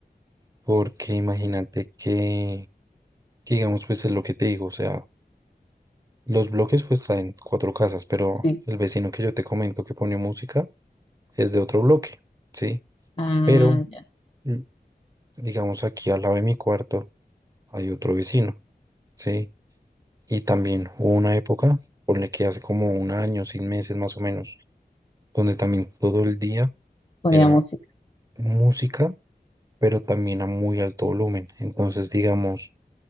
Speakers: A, on the right (about 20°); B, on the left (about 35°).
A: Porque imagínate que, que digamos, pues es lo que te digo, o sea, los bloques pues traen cuatro casas, pero
B: Sí.
A: el vecino que yo te comento que pone música es de otro bloque, ¿sí?
B: Ah,
A: Pero,
B: ya.
A: mm, digamos, aquí al lado de mi cuarto hay otro vecino, ¿sí? Y también hubo una época, ponle que hace como un año, seis meses más o menos, donde también todo el día
B: Ponía
A: era
B: música.
A: música, pero también a muy alto volumen. Entonces, digamos,